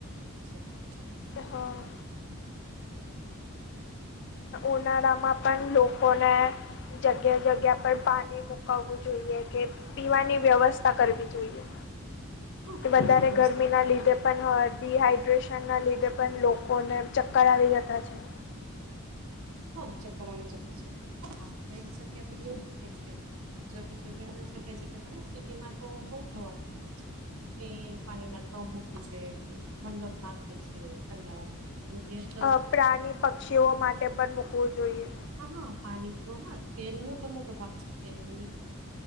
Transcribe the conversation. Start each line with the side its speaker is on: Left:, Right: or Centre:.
Right: લ.
Left: હા. ઉનાળા માં પણ લોકોને. જગ્યા જગ્યા પર પાણી મુકાવવું જોઈએ કે પીવાની વ્યવસ્થા કરવી જોઈએ.
Right: <inaudible>
Left: કે
Right: પીવાની
Left: વધારે
Right: વ્યવસ્થા
Left: ગરમી
Right: કરવી
Left: ના લીધે
Right: જોઈએ
Left: પણ ડીહડ ડ્રેશન ના લીધે પણ લોકોને ચક્કર આવી જતા છે.
Right: હ ચક્કર આવી જતા છે આવીઈ જગ્યા પર એયો થાય છે. શકી શકે શકે છે કે પણ સિટી માં તો બઉ જોવાનું મળ છે. એ પાણી ના ડ્રોમ મૂકે છે મંડપ નાખે છે ંડાવાની શતિ બધ.
Left: અ પ્રાણી પક્ષીઓ માટે પણ મૂકવું જોઈએ.
Right: હા પાણીપ હ તેલ નો તો મોટો ભાગ છે તેલ એ.